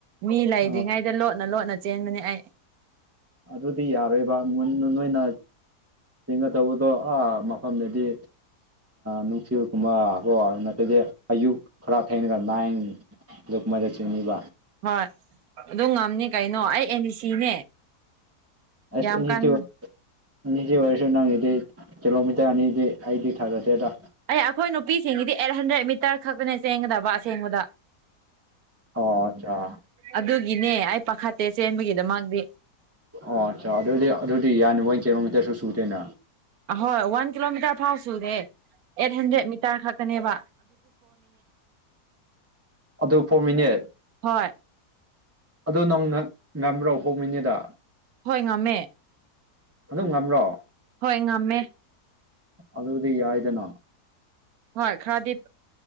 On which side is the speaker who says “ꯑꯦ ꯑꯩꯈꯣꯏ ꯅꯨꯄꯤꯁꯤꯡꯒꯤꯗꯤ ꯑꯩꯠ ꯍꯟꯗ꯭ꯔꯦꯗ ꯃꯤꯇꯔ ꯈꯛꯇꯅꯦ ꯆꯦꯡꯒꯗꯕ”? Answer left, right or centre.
Right